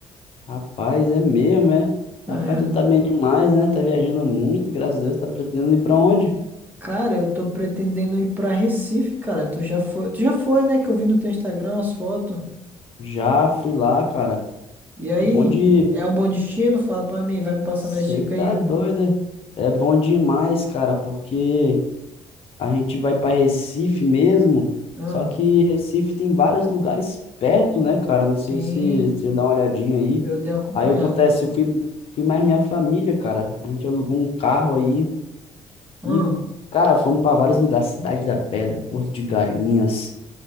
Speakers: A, on the left; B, on the right.
A: Rapaz, é mesmo, é?
B: É.
A: Rapaz, tu tá bem demais, né? Tá viajando muito, graças a Deus. Tá pretendendo ir pra onde?
B: Cara, eu tô pretendendo ir pra Recife, cara. Tu já foi, tu já foi, né? Que eu vi no teu Instagram as fotos.
A: Já fui lá, cara.
B: E aí,
A: Bom de...
B: é um bom destino? Fala pra mim, vai me passando
A: Você
B: as dicas
A: tá
B: aí.
A: doida? É É bom demais, cara, porque a gente vai pra Recife mesmo,
B: Ah,
A: só que Recife tem vários lugares perto, né, cara? Não
B: sim,
A: sei se se você dá uma olhadinha aí.
B: eu dei uma acompanhada.
A: Aí acontece, eu fui, fui mais minha família, cara. A gente alugou um carro aí
B: Ah,
A: E, cara, fomos para vários lugares, Cidade da Pedra, Porto de Galinhas,